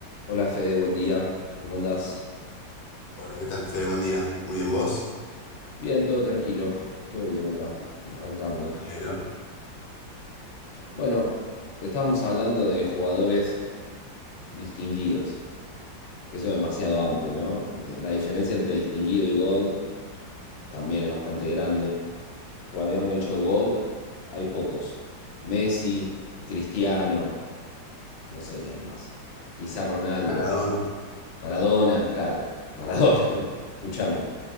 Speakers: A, on the left (about 80°); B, on the left (about 65°).
A: Hola Fede, buen día. ¿Cómo andás?
B: Hola, ¿qué tal, Fede? Buen día. Muy bien, ¿vos?
A: Bien, todo tranquilo. Todo bien acá, arrancando.
B: Me alegro.
A: Bueno, estábamos hablando de jugadores distinguidos, que eso es demasiado amplio, ¿no? La diferencia entre distinguido y God también es bastante grande. Pues habíamos dicho God, hay pocos. Messi, Cristiano, no sé quién más. Quizá Ronaldo.
B: Maradona.
A: Maradona, claro. Maradona, <laughs> escúchame.